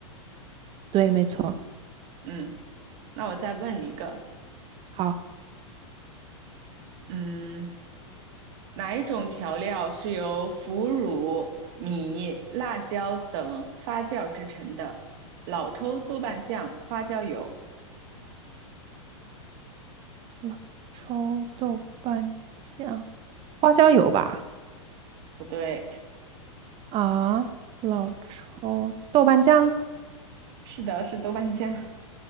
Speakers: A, on the right; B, on the right.
A: 对，没错。
B: 嗯，那我再问你一个，
A: 好，
B: 嗯，哪一种调料是由腐乳、米、辣椒等发酵制成的？老抽、豆瓣酱、花椒油？
A: 老抽、豆瓣酱、花椒油吧。
B: 不对，
A: 啊，老抽、豆瓣酱
B: 是的，是豆瓣酱。